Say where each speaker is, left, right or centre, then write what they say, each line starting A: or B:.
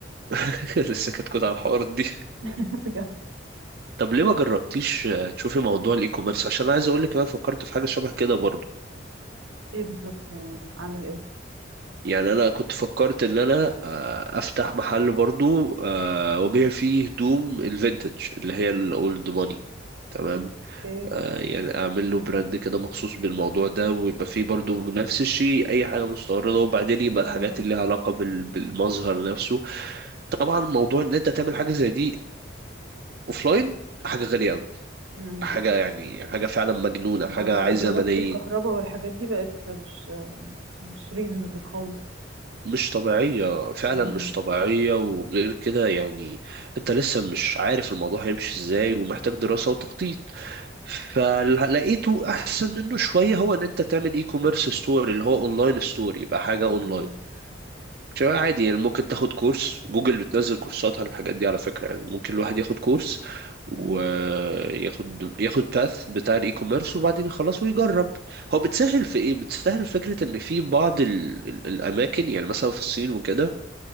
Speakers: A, on the right; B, on the right.
A: <laughs> لسه كانت كنت على الحوارات دي
B: <laughs> بجد
A: <laughs> طب ليه ما جربتيش تشوفي موضوع الاي كوميرس عشان انا عايز اقول لك انا فكرت في حاجه شبه كده برضو
B: إيه بالظبط يعني أعمل إيه
A: يعني انا كنت فكرت ان انا آه، افتح محل برضو آه، وابيع فيه هدوم الفينتج اللي هي الاولد ماني تمام
B: أوكي
A: آه، يعني اعمل له براند كده مخصوص بالموضوع ده ويبقى فيه برضو نفس الشيء اي حاجه مستورده وبعدين يبقى
B: أيوه
A: الحاجات اللي لها علاقه بال- بالمظهر نفسه طبعا موضوع ان انت تعمل حاجه زي دي اوفلاين حاجه غاليه قوي
B: مم.
A: حاجة يعني يعني حاجة فعلا مجنونة
B: لا
A: حاجة
B: لا
A: عايزة
B: الإيجارات
A: ملايين
B: والكهرباء والحاجات دي بقت مش مش ريزونبل خالص
A: مش طبيعية فعلا
B: مم.
A: مش طبيعية وغير كده يعني انت لسه مش عارف الموضوع هيمشي ازاي ومحتاج دراسة وتخطيط فلقيته احسن منه شوية هو ان انت تعمل اي كوميرس ستوري اللي هو اونلاين ستوري يبقى حاجة اونلاين
B: مم.
A: شباب عادي يعني ممكن تاخد كورس جوجل بتنزل كورسات عن الحاجات دي على فكرة يعني ممكن الواحد ياخد كورس وياخد
B: مم.
A: ياخد باث بتاع الاي كوميرس وبعدين يخلص ويجرب هو بتسهل في ايه بتسهل فكرة ان في بعض ال... ال- الاماكن يعني مثلا في الصين وكده